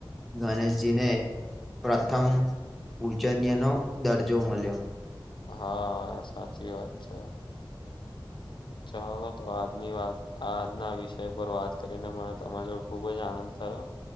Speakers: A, in the centre; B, on the left.
A: ગણેશજી ને પ્રથમ પૂજનીયનો દર્જો મળ્યો
B: હા સાચી વાત છે. ચાલો તો આજની વાત આ આજના વિષય પર વાત કરીને મને તમારા જોડે ખુબ જ આનંદ થયો